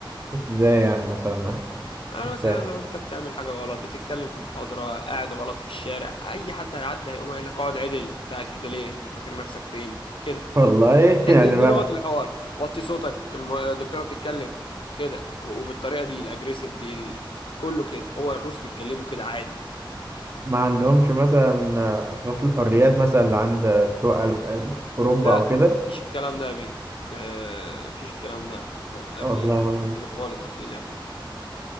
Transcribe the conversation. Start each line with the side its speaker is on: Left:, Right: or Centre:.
Right: ازاي يعني مثلا
Left: يعني
Right: مش
Left: مثلا
Right: فاهم
Left: لو انت بتعمل حاجة غلط بتتكلم في محاضرة قاعد غلط في الشارع اي حد هيعدي هيقوم قايل لك اقعد عدل انت قاعد كده ليه انت فاكر نفسك فين كده
Right: والله <laughs>
Left: دي,
Right: يعني
Left: دي
Right: ما
Left: لغة الحوار وطي صوتك الم- الدكتورة بتتكلم كده وبالطريقة دي الاجريسيف دي ال... كله كده هو الروس بيتكلموا كده عادي
Right: ما عندهمش مثلا ثقافة الحريات مثلا اللي عند بتوع ال- ال- أوروبا
Left: لا
Right: أو كده
Left: مفيش الكلام ده يا بيه آه، مفيش الكلام ده قافلين
Right: والله يا عم
Left: قافلين خالص قافلين قافلين يعني